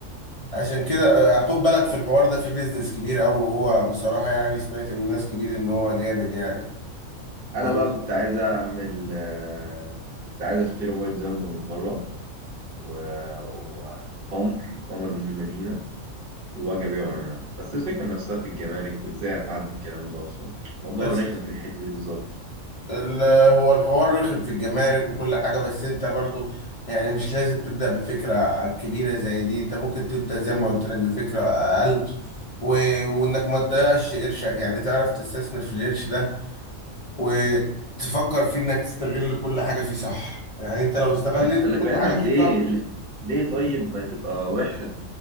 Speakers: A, on the left; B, on the right.
A: عشان كده آه، خد بالك في الحوار ده في بيزنس كبير قوي وهو بصراحة يعني سمعت من ناس كبير ان هو جامد يعني
B: انا
A: وانت
B: بقى كنت عايز اعمل آه، كنت عايز اشتري ميه زمزم من بره و- وتمر تمر من المدينة وأجي أبيعه هنا بس الفكرة نفسها في الجمارك وإزاي هتعدي الكلام ده أصلا الموضوع
A: بس
B: رخم في الحتة دي بالظبط
A: ال- هو الحوار رخم في الجمارك وكل حاجة بس انت برضو يعني مش لازم تبدأ بفكرة كبيرة زي دي انت ممكن تبدأ زي ما قلت لك بفكرة أقل و... وانك ما تضيعش قرشك يعني تعرف تستثمر في القرش ده وتفكر فيه انك تستغل كل حاجة فيه صح يعني انت لو استغلت
B: <laughs> أنا خلي
A: كل
B: في علمك
A: حاجة فيه
B: ليه
A: صح
B: ليه طيب تبقى وحشة